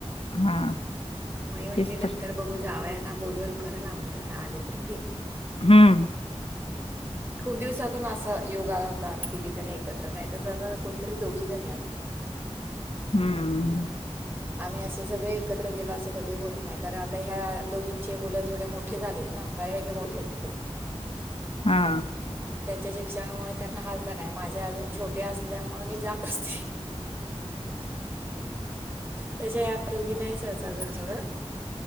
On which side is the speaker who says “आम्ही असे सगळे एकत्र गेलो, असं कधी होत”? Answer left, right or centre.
Right